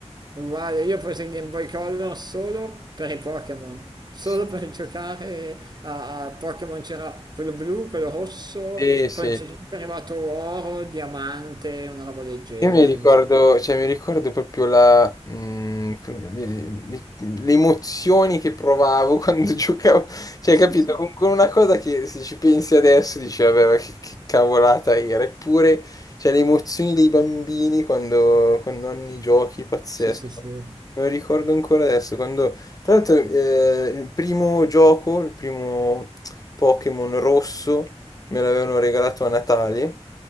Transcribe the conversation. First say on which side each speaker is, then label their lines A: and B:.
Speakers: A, on the right; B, on the left.
A: Uguale, io ho preso il Game Boy Color solo per i Pokémon, solo
B: Sì,
A: per giocare a, a Pokémon c'era quello blu, quello rosso,
B: sì, sì.
A: poi a un certo Sì. punto è arrivato oro, diamante, una roba del genere,
B: Io mi ricordo,
A: mi sembra.
B: cioè, mi ricordo proprio la, mm, come- le, le- le emozioni che provavo <laughs> quando giocavo, cioè,
A: Sì,
B: capito?
A: sì,
B: Con, con una cosa che se ci pensi adesso dici, vabbè, ma che, che cavolata era, eppure, cioè, le emozioni dei bambini quando, quando hanno i giochi, pazzesco.
A: sì, sì, sì.
B: Me lo ricordo ancora adesso, quando, tra l'altro, eh, il primo gioco, il primo Pokémon rosso. me l'avevano regalato a Natale,